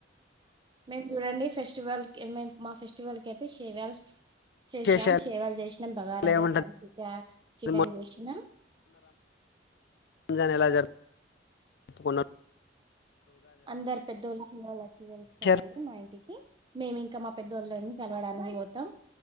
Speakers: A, on the right; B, on the left.
A: మేం చూడండి ఫెస్టివల్ మే మా ఫెస్టివల్ క అయితే చేవల్ చేసాం
B: విశేషాలు
A: సేవలు చేసినాం బగారంచిిక
B: ఏముంటది
A: చికెన్
B: మొన్న
A: చేసినా
B: రంజాన్ ఎలా జరిప్పుకున్నా
A: అందరు పెద్దవాళ్ళు చిన్నవాళ్ళుచ్చిగలుస్తారండి
B: చేర్-
A: మా ఇంటికి మేమింకా ఇంకా మా పెద్దోళ్ళని కలవడానికి పోతాం